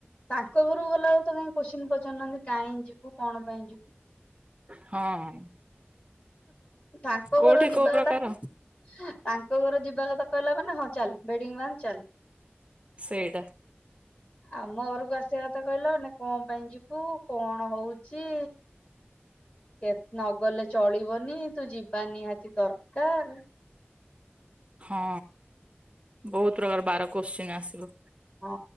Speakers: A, on the left; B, on the right.
A: ତାଙ୍କ ଘରକୁ ଗଲା ଆଉ ତ କାଇଁ କୋ୍ଚିିନ ପଚାରୁନାହାନ୍ତି କାହିଁ ଯିବୁ କଣ ପାଇଁ ଯିବୁ
B: ହଁ
A: ତାଙ୍କ
B: କୋଉଠି
A: ଘର ଯିବା
B: କୋଉ ପ୍ରକାର
A: କଥା କୋଉ ଘର ଯିବା କଥା କହିଲା ମାନ ହଁ ଚାଲ ବେଡିଙ୍ଗ ବା ଚାଲ
B: ସେଇଡ଼ା
A: ଆମ ଘରକୁ ଆସିବା କଥା କହିଲ ନା କଣ ପାଇଁ ଯିବୁ କଣ ହଉଛି? କେ ନଗଲେ ଚଳିବନି ତୁ ଯିବା ନିହାତି ଦରକାର
B: ହଁ ବହୁତ ପ୍ରକାର ବାର କୋଶ୍ଚିନ୍ ଆସିବ
A: ହଁ